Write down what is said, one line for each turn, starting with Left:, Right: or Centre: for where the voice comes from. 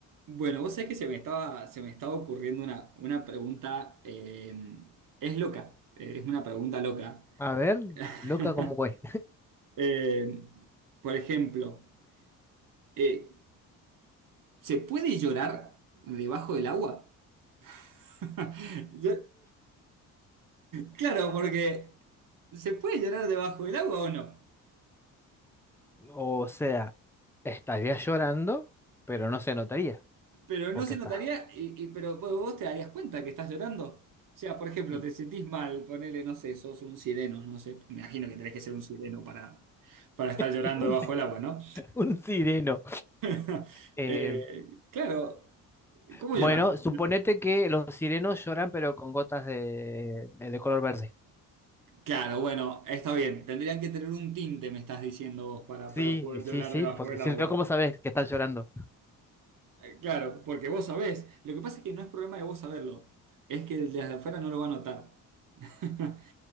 Right: Bueno, vos sabés que se me estaba, se me estaba ocurriendo una, una pregunta, eh, es loca, eh, es una pregunta loca.
Centre: A
Right: <laughs>
Centre: ver, loca como güey.
Right: Eh, por ejemplo, eh, ¿se puede llorar debajo del agua? <laughs> Yo- claro, porque se puede llorar debajo del agua o no,
Centre: O sea, estaría llorando, pero no se notaría,
Right: pero
Centre: porque
Right: no se
Centre: está
Right: notaría, y, y- pero vos vos te darías cuenta que estás llorando. O sea, por ejemplo,
Centre: y-
Right: te sentís mal, ponele, no sé, sos un sireno, no sé, me imagino que tenés que ser un sireno para, para estar
Centre: <laughs>
Right: llorando
Centre: un,
Right: debajo
Centre: si-
Right: del agua, ¿no?
Centre: un sireno.
Right: <laughs>
Centre: Eh,
Right: Eh, claro, ¿cómo
Centre: bueno,
Right: llorar?
Centre: suponete que los sirenos lloran, pero con gotas de, eh, de color verde.
Right: Claro, bueno, está bien. Tendrían que tener un tinte, me estás diciendo vos, para,
Centre: Sí,
Right: para poder
Centre: sí,
Right: llorar
Centre: sí,
Right: debajo
Centre: porque
Right: del
Centre: si
Right: agua.
Centre: no, ¿cómo sabes que están llorando?
Right: Eh, claro, porque vos sabés. Lo que pasa es que no es problema de vos saberlo. Es que desde afuera no lo va a notar. <laughs>